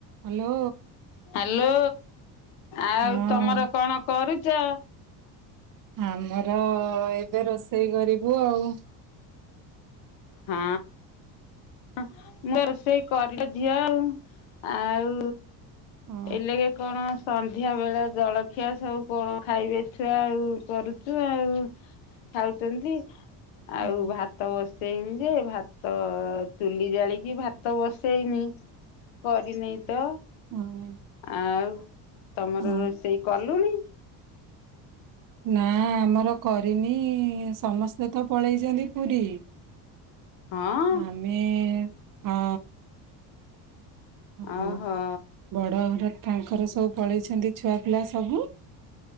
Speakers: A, on the right; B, on the left.
A: Hello
B: hello ଆଉ
A: ହଁ
B: ତମର କଣ କରୁ ଚ।
A: ଆମର ଏବେ ରୋଷ ରୋଷେଇ କରିବୁ ଆଉ।
B: ହଁ। <unintelligible> ରୋଷେଇ କରିଲେ ଝିଅ ଆଉ। ଆଉ।
A: ହଁ
B: ଏ ଲାଗେ କଣ। ସନ୍ଧ୍ୟା ବେଳେ ଜଳଖିଆ ସବୁ କଣ ଖାଇବେ ଛୁଆ ଆଉ। କରୁଚୁ ଆଉ। ଖାଉଛନ୍ତି।
A: ହଁ
B: ଆଉ ଭାତ ବସି ସେଇନି ଯେ ଭାତ। ଚୁଲି ଜାଳିକି ଭାତ ବସେଇନି। କରିନି ତ
A: ହଁ
B: ଆଉ। ତମର
A: ହଁ।
B: ରୋଷେଇ କଲୁଣି।
A: ନା ଆମର କରିନି ସମସ୍ତେ ତ ପଳେଇଚନ୍ତି ପୁରୀ।
B: ହଁ
A: ଆମେ। ହଁ। ହଁ
B: ଓହୋ
A: ବଡ଼ ଘର। ତାଙ୍କର ସବୁ ପଳେଇଛନ୍ତି ଛୁଆ ପିଲା ସବୁ।